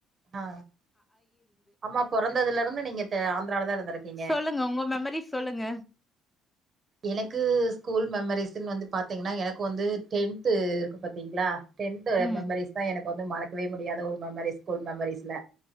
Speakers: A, on the right; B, on the left.
A: ஆ அம்மா பொறந்ததுல இருந்து நீங்க தெ ஆந்த்ராலா தா இருந்திருக்கீங்க
B: சொல்லுங்க உங்க மெமரிஸ் சொல்லுங்க
A: எனக்கு ஸ்கூல் மெமரிஸ்ன் வந்து பாத்தீங்னா எனக்கு வந்து டென்த்து இருக்கு பாத்தீங்ளா டென்த்
B: ம்
A: மெமரிஸ் தா எனக்கு வந்து மறக்கவே முடியாத ஒரு மெமரிஸ் ஸ்கூல் மெமரிஸ்ல